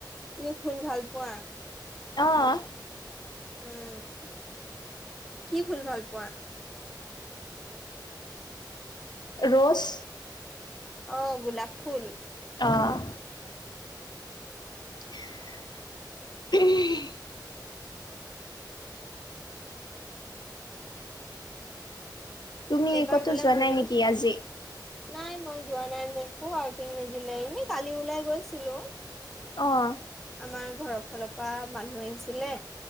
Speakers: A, in the centre; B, on the left.
A: তুমি ফুল ভাল পোৱা।
B: অহ'।
A: উম'। কি ফুল ভাল পোৱা?
B: ৰোচ।
A: অহ' গোলাপ ফুল।
B: অ', <unintelligible> তুমি
A: এইবাৰ
B: কতো
A: গলে
B: যোৱা
A: মোলেও
B: নাই নেকি আজি?
A: নাই মই যোৱা নাই। মোকো আউটিং নিদিলে এনেই কালি ওলাই গৈছিলোঁ।
B: অ'।
A: আমাৰ ঘৰৰ ফালৰ পৰা মানুহ আহিছিলে